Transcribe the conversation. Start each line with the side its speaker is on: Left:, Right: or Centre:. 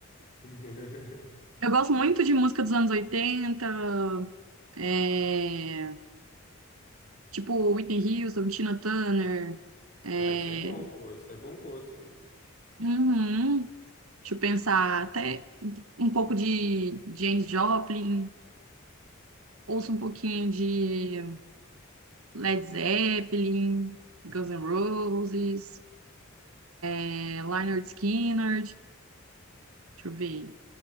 Left: <laughs>
Right: Eu gosto muito de música dos anos oitenta, é, tipo Whitney Houston, Tina Turner.
Left: Ah,
Right: é,
Left: isso é bom, pô. Isso é bom gosto. né?
Right: uhum, deixa eu pensar, até um pouco de James Joplin, ouço um pouquinho de Led Zeppelin, Guns N' Roses, é, Lynyrd Skynyrd, deixa eu ver.